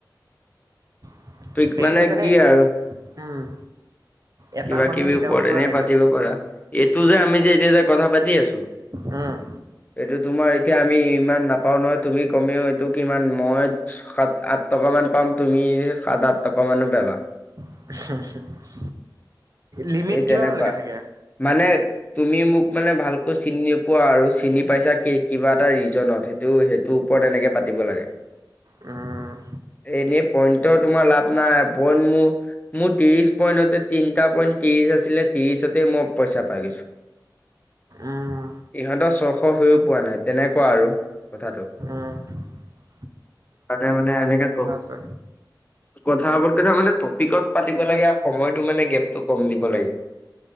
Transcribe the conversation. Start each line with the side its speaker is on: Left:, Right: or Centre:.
Right: <unintelligible>
Left: পিক
Right: সেইটো
Left: মানে
Right: কাৰণে
Left: কি আৰু
Right: উম, এটা
Left: কিবা
Right: মানুহে
Left: কিবি
Right: মিলাব
Left: ওপৰত
Right: পৰা
Left: এনেই
Right: লাগে
Left: পাতিব পাৰা এইটো যে আমি যে এতিয়া কথা পাতি আছো
Right: উম
Left: এইটো তোমাৰ এতিয়া আমি ইমান নাপাওঁ নহয় তুমি কমেও এইটো কি ইমান মই সাত আঠ টকা মান পাম তুমি সাত আঠ টকা মানো পাবা
Right: <unintelligible> লিমিট
Left: এই তেনেকুৱা
Right: কিমানলৈকে থাকে
Left: মানে তুমি মোক মানে ভালকৈ চিনি নোপোৱা আৰু চিনি পাইছা কিবা এটা ৰিজনত সেইটো সেইটোৰ ওপৰত এনেকে পাতিব লাগে
Right: উম
Left: এনেই পইণ্টৰ তোমাৰ লাভ নাই পইন্ট মোৰ মোৰ ত্ৰিশ পইন্টতে তিনিটা পইণ্ট ত্ৰিশ আছিলে ত্ৰিশতে মই পইচা পাই গৈছো
Right: উম,
Left: ইহঁতৰ ছশ হৈও পোৱা নাই তেনেকুৱা আৰু কথাটো
Right: উ
Left: তাতে মানে এনেকে কওঁ
Right: আছে।
Left: কথা মানে টপিকত পাতিব লাগে সময়টো মানে গেপটো কম দিব লাগে